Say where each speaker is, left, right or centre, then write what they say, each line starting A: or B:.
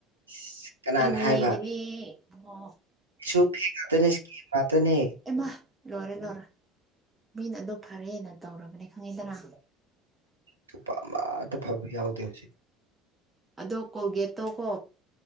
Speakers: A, on the right; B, on the right.
A: ꯏꯁ ꯀꯅꯥꯅ
B: ꯏꯕꯨ
A: ꯍꯥꯏꯕ
B: ꯍꯦꯒꯅꯦ ꯑ
A: ꯁꯨ ꯐꯤ ꯉꯥꯛꯇꯅꯦ ꯏꯁꯀꯤꯝ ꯉꯥꯛꯇꯅꯦ
B: ꯑꯃ ꯂꯣꯏꯔ ꯂꯣꯣꯔ ꯃꯤꯅ ꯑꯗꯨꯣ ꯐꯔꯦꯅ ꯇꯧꯔꯕꯅꯦ ꯈꯪꯉꯤꯗꯅ
A: ꯅꯨꯄꯥ ꯑꯃꯇ ꯐꯕ ꯌꯥꯎꯗꯦ ꯍꯧꯖꯤꯛ
B: ꯑꯗꯣ ꯀꯣꯜꯒꯦꯠꯇꯣꯀꯣ